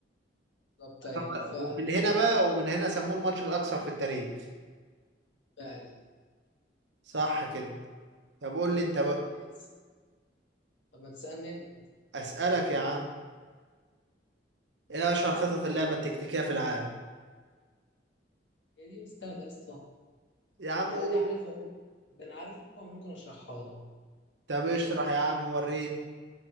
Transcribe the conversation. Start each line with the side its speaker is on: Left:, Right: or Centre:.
Left: بالظبط ايوه
Right: طب-
Left: فعلا
Right: ومن هنا بقى ومن هنا سموه الماتش الاكثر في التاريخ
Left: فعلا
Right: صح كده طب قول لي انت بقى
Left: إيه، طب ما تسألني انت
Right: اسالك يا عم ايه اشهر خطط اللعبه التكتيكيه في العالم
Left: هي دي مستاهلة يا اسطى
Right: يا عم
Left: ده
Right: قول
Left: انا دي عارفها وممكن ده انا عارفها وممكن اشرحها لك
Right: طب اشرح يا عم وريني